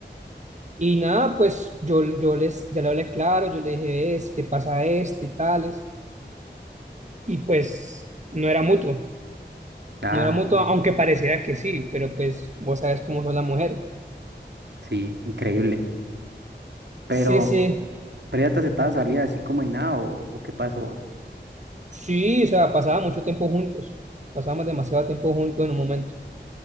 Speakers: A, on the right; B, on the right.
A: Y nada, pues yo, yo les, ya le hablé claro, yo le dije, es, ¿qué pasa esto y tales? Y pues no era mutuo.
B: Ah,
A: No era mutuo, aunque pareciera que sí, pero pues vos sabes cómo son las mujeres.
B: sí, increíble. Pero,
A: Sí, sí,
B: ¿pero ya te aceptaba salida así como y nada o, o qué pasó?
A: sí, o sea, pasaba mucho tiempo juntos, pasábamos demasiado tiempo juntos en un momento.